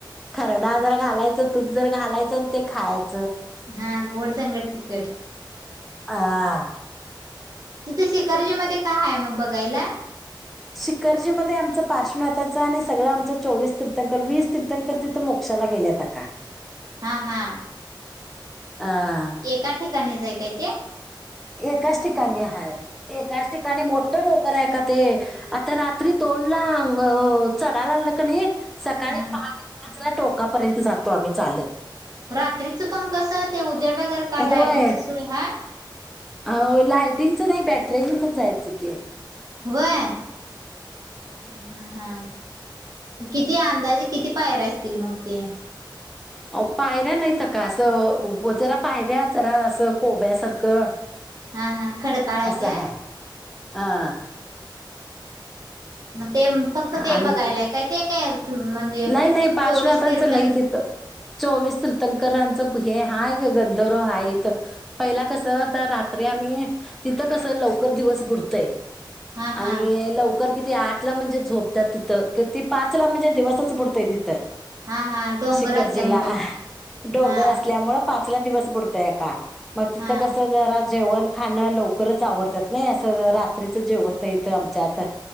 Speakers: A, in the centre; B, on the right.
A: खरडा जर घालायचं, तूप जर घालायचं, ते खायच
B: हा गोड संग तिकट
A: हा.
B: तिथे शिकर्जी मध्ये काय आहे मग बघायला?
A: शिकर्जी मध्ये आमचं पार्श्वनाथाचं आणि सगळं आमचं चोवीस कीर्तनकर वीस कीर्तनकर तिथं मोक्ष क्षाला गेल्यात का?
B: हा हा.
A: अ
B: एका ठिकाणीच हाय काय ते?
A: एकाच ठिकाणी हाय एकाच ठिकाणी मोठं डोंगर आहे का ते आता रात्री दोन दोनला अंग चढायला लागलं कनी <unintelligible> सकाळी
B: हम्
A: पहाटे पाचला टोकापर्यंत जातो आम्ही चालत
B: रात्रीचं पण कस ते उजडं वगैरे काय
A: होय
B: लायटिंगच सोय हाय?
A: अ लायटिंगच नाही बॅटरे घेऊनच जायचं की
B: होय हा हा हा. किती अंदाजे किती पायरे असतील मग ते?
A: आवो पायऱ्या नाहीता का असं जरा पायऱ्या जरा असं कोब्यासारखं
B: हा हा खडकाळ आहे
A: आस
B: काय
A: हाय आं.
B: मग ते फक्त ते
A: आणि
B: बघायलाय काय ते म्हणजे
A: नाही नाही पार्श्व
B: चोवीस
A: नाथांचं
B: तीर्थंकर
A: लय तिथं चोवीस ति तकरांचं हे हाय गंधर्व हाय इथं पहिला कसं तर रात्री आम्ही तिथं कसं लवकर दिवस बुडतंय.
B: हा
A: आणि
B: हा
A: लवकर किती आठला म्हणजे झोपत्यात तिथं कि ती पाच ला म्हणजे दिवस बुडतय तिथं
B: हा हा डोंगर
A: शिखरजीला
B: असल्यामुळं
A: डोंगर
B: हा
A: असल्यामुळं पा चला दिवस बुडतय अक्का म तिथं
B: हा
A: कसं जरा जेवणं खाणं लवकरच आवरत्यात नाही असं रात्रीच जेवत नाहीत आमच्यात.